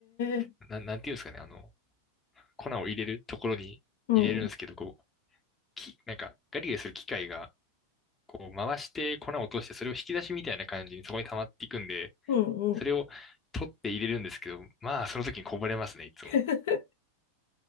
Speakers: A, on the left; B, on the left.
A: え、
B: う、なん、なんていうんですかね、あの、粉を入れるところに入れるんですけど、
A: うん。
B: こう、き、なんか、ガリガリする機械が、こう、回して粉を落として、それを引き出しみたいな感じにそこに溜まっていくんで、
A: うんうん。
B: それを取って入れるんですけど、まあ、その時にこぼれますね、いつも。
A: <laughs>